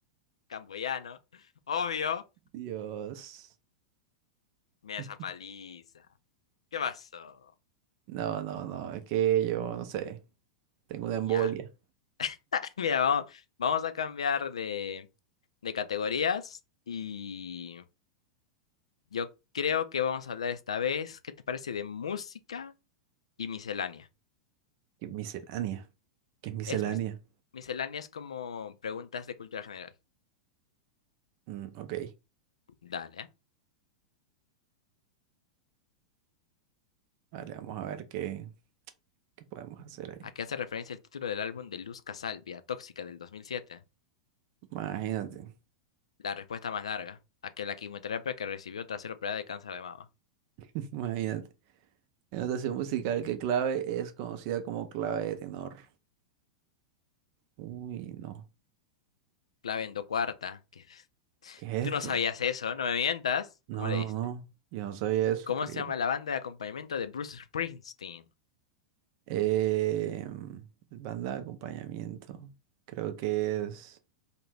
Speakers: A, on the left; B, on the right.
A: Camboyano. Obvio.
B: Dios.
A: Mira
B: <laughs>
A: esa paliza. ¿Qué pasó?
B: No, no, no, es que yo no sé, tengo una embolia.
A: Ya. <laughs> Mira, vamos, vamos a cambiar de, de categorías. Y yo creo que vamos a hablar esta vez, ¿qué te parece de música y miscelánea?
B: ¿Qué es miscelánea? ¿Qué es miscelánea?
A: Es mis- misceláneas como preguntas de cultura general.
B: Mm, ok,
A: Dale. ¿eh?
B: vale, vamos a ver qué. ¿Qué podemos hacer ahí?
A: ¿A qué hace referencia el título del álbum de Luz Casal, Vía Tóxica, del 2007?
B: Imagínate,
A: La respuesta más larga. A que la quimioterapia que recibió tras ser operada de cáncer de mama.
B: <laughs> imagínate. En notación musical, ¿qué clave es conocida como clave de tenor? Uy, no.
A: Clave endocuarta. Que... <laughs>
B: ¿Qué
A: Tú
B: es esto?
A: no sabías eso, no me mientas.
B: No,
A: ¿Cómo le
B: no,
A: diste?
B: no. Yo no sabía eso,
A: ¿Cómo
B: increíble.
A: se llama la banda de acompañamiento de Bruce Springsteen?
B: Eh, banda de acompañamiento. Creo que es...